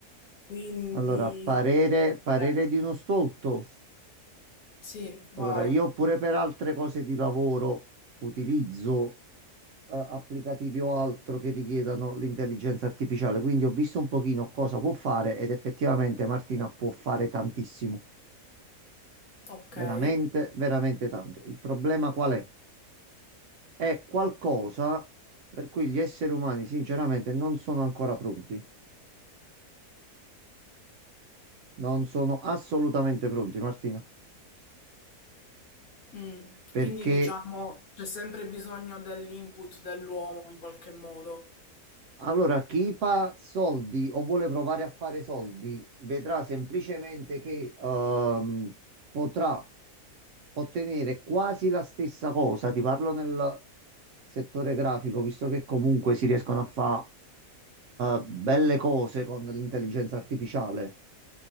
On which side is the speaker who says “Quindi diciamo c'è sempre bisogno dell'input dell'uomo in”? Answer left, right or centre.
Left